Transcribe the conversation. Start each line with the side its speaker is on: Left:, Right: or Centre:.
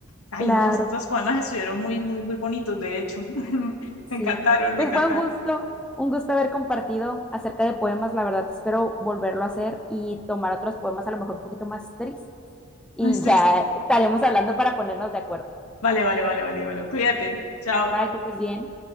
Left: Ay,
Centre: <laughs> Claro.
Left: no, estos poemas estuvieron muy, muy, muy bonitos, de hecho. <laughs>
Centre: Sí,
Left: Me encantaron, me
Centre: pues
Left: encantaron.
Centre: fue un gusto, un gusto haber compartido acerca de poemas. La verdad, espero volverlo a hacer y tomar otros poemas a lo mejor un poquito más tristes. Y
Left: No es triste.
Centre: ya estaremos hablando para ponernos de acuerdo.
Left: Vale, vale, vale, vale, bueno, cuídate. Chao.
Centre: Bye, que estés bien.